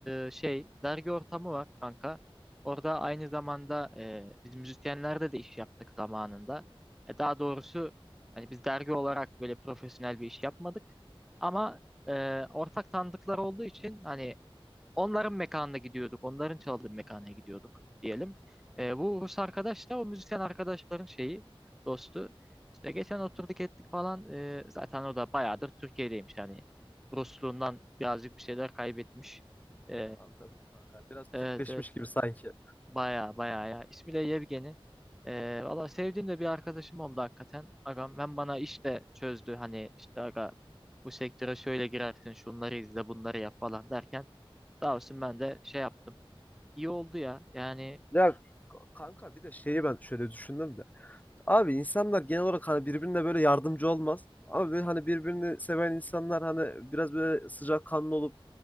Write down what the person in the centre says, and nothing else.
E, şey dergi ortamı var kanka. Orada aynı zamanda e, biz müzisyenlerde de iş yaptık zamanında. E, daha doğrusu hani biz dergi olarak böyle profesyonel bir iş yapmadık. Ama e, ortak tanıdıklar olduğu için hani Onların mekanına gidiyorduk. Onların çaldığı mekana gidiyorduk diyelim. E, bu Rus arkadaş da o müzisyen arkadaşların şeyi, dostu. İşte geçen oturduk ettik falan. E, zaten o da bayağıdır Türkiye'deymiş. Yani Rusluğundan birazcık bir şeyler kaybetmiş. E,
evet evet.
Bayağı bayağı ya. İsmi de Yevgeni. E, valla sevdiğim de bir arkadaşım oldu hakikaten. Agam ben bana işte çözdü. Hani işte aga bu sektöre şöyle girersin şunları izle bunları yap falan derken Sağ olsun ben de şey yaptım. İyi oldu ya. Yani